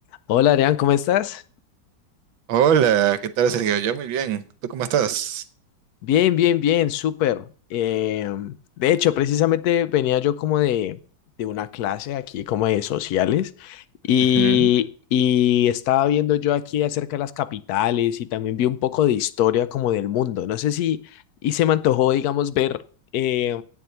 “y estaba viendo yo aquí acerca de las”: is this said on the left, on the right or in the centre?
Left